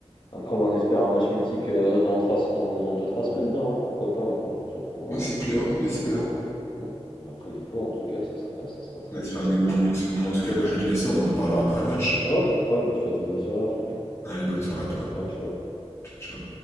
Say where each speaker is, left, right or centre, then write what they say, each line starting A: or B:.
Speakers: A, on the left; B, on the left.
A: après bah, on espère un match mythique euh, dans trois, dans deux trois semaines, non, pourquoi pas, moi, je prendrai.
B: Ouais,
A: hein.
B: c'est clair, on espère.
A: Ouais. On va prier pour en tout cas, ça serait, ça serait très.
B: On espère
A: Ça serait...
B: des gros buts. Moi, en tout cas, moi je vais te laisser, on en reparlera
A: Ouais,
B: après le match.
A: Ouais, pas de problème, bah, je te souhaite une bonne soirée en tout cas.
B: Allez, bonne soirée à toi.
A: Ouais, ciao.
B: Ciao. ciao.